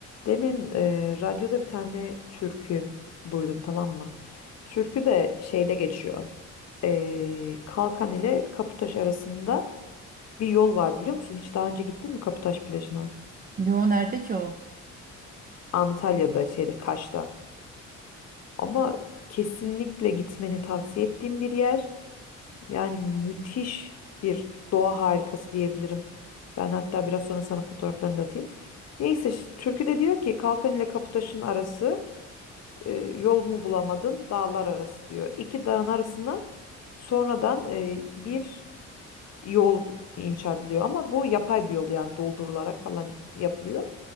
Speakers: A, on the left (about 55°); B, on the right (about 30°).
A: Demin e, radyoda bir tane türkü duydum tamam mı? Türkü de şeyde geçiyor. E, Kalkan ile Kaputaş arasında bir yol var biliyor musun? Hiç daha önce gittin mi Kaputaş plajına?
B: Yo nerede ki o?
A: Antalya'da şeyde Kaş'ta. Ama kesinlikle gitmeni tavsiye ettiğim bir yer. Yani müthiş bir doğa harikası diyebilirim. Ben hatta biraz sonra sana fotoğraflarını da atayım. Neyse ş- türkü de diyor ki Kalkan ile Kaputaş'ın arası E, yol mu bulamadın dağlar arası diyor. İki dağın arasına sonradan e, bir yol inşa ediliyor ama bu yapay bir yol yani doldurularak falan yapılıyor.